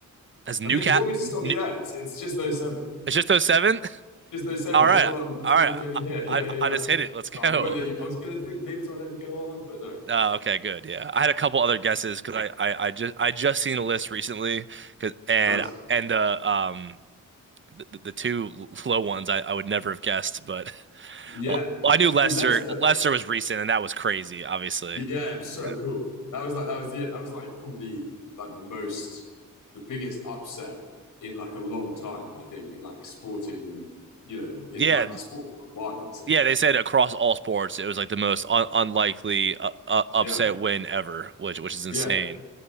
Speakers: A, on the right (about 40°); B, on the left (about 85°).
A: as Newcastle.
B: I mean, do you want me to stop
A: It's
B: you there? It's it's just those seven.
A: just those seven.
B: Just those seven.
A: All
B: That's
A: right.
B: what I'm that's
A: All
B: what
A: right.
B: I'm getting
A: I,
B: here. Yeah,
A: I
B: yeah, yeah.
A: I just hit it. Let's go.
B: I won't let
A: <laughs>
B: you I was gonna think maybe do I let him go on, but no.
A: Uh, okay, good. Yeah. I had a couple other guesses because I, I I just I just seen a list recently 'cause- and
B: Nice.
A: and the um the, the two low ones I, I would never have guessed, but <laughs>
B: Yeah.
A: well, well, I knew Lester
B: Well, Leicester.
A: Lester was recent and that was crazy, obviously.
B: Yeah, it was so
A: Yeah.
B: cool. That was like that was yeah, that was like probably like the most the biggest upset in like a long time, I think, in like sporting, you know, in
A: Yeah,
B: like sport wide, I'd say.
A: yeah, they said across all sports it was like the most un unlikely uh, uh, upset
B: Yeah.
A: win ever, which which is
B: Yeah.
A: insane.